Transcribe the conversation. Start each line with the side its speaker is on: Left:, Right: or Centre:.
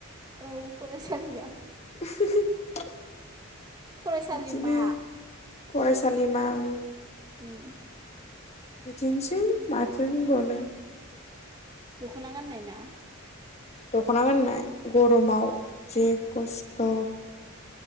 Right: औ फरायसालिया।
Left: <unintelligible>
Right: फरायसालिमा
Left: बिदिनो फरायसालिमा। उम।
Right: उम
Left: बिदिनोसै माथो बुंबावनो।
Right: दख'ना गाननाय ना।
Left: दख'ना गाननाय गरमाव जि खस्थ'